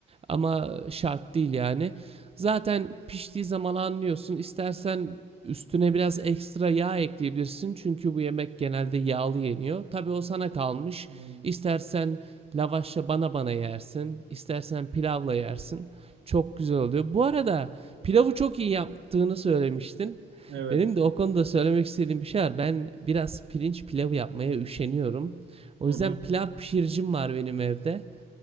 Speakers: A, on the right; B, on the right.
A: Ama
B: hı
A: şart değil yani. Zaten piştiği zaman anlıyorsun. İstersen üstüne biraz ekstra yağ ekleyebilirsin. Çünkü bu yemek genelde yağlı yeniyor. Tabii o sana kalmış.
B: hı.
A: İstersen lavaşla bana bana yersin. İstersen pilavla yersin. Çok güzel oluyor. Bu arada pilavı çok iyi yaptığını söylemiştin.
B: Evet.
A: Benim de o konuda söylemek istediğim bir şey var. Ben biraz pirinç pilavı yapmaya üşeniyorum. O
B: Hı
A: yüzden
B: hı.
A: pilav pişiricim var benim evde.